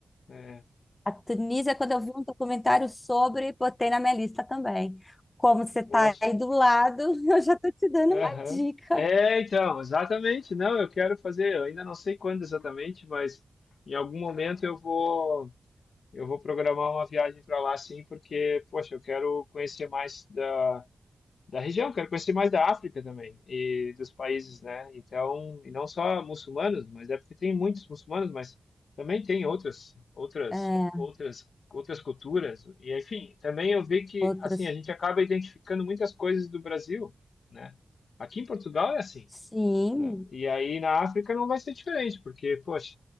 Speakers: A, on the left (about 85°); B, on the left (about 25°).
A: É,
B: a Tunísia, quando eu vi um documentário sobre, botei na minha lista também. Como você está
A: poxa.
B: aí do lado, <laughs> eu já estou te dando
A: Aham.
B: uma dica.
A: É, então, exatamente. Não, eu quero fazer, eu ainda não sei quando exatamente, mas em algum momento eu vou Eu vou programar uma viagem para lá sim, porque, poxa, eu quero conhecer mais da, da região, quero conhecer mais da África também e dos países, né? Então, e não só muçulmanos, mas é porque tem muitos muçulmanos, mas também tem outras, outras,
B: É,
A: outras, outras culturas. E enfim, também eu vi que
B: outros.
A: assim a gente acaba identificando muitas coisas do Brasil, né? Aqui em Portugal é assim,
B: Sim.
A: né? E aí na África não vai ser diferente, porque, poxa,